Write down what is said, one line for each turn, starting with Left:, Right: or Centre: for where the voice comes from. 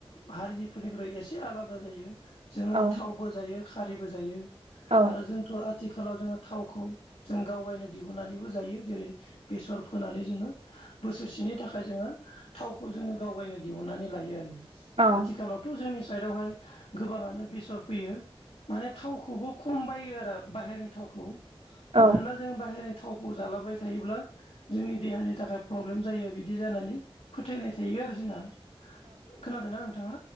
Left: हारिनिफोरनिख्रुइ एसे आलादा जायो जोङो
Right: औ औ
Left: थावबो जायो खारैबो जायो
Right: औ
Left: आरो जोंथ' आथिखालाव जोङो थावखौ जों गावगायनो दिहुननानैबो जायो जेरै बेसर फोनानै जोङो बोसोरसेनि थाखाय जोङो थावखौ जोङो गावगायनो दिहुननानै ला लायो
Right: औ
Left: आथिखालावथ' जोंनि साइडआवहाय गोबाङानो बेसर फैयो माने थावखौबो खम बायो आरो बाहेरनिनि थावखौ
Right: औ
Left: मानोना जों बाहेरनि थावखौ जालाबाय थायोब्ला जोंनि देहानि थाखाय प्रब्लेम जायो बिदि जानानै फोथायनाय थायो आरो जोंहा खोनादोंना नोंथाङा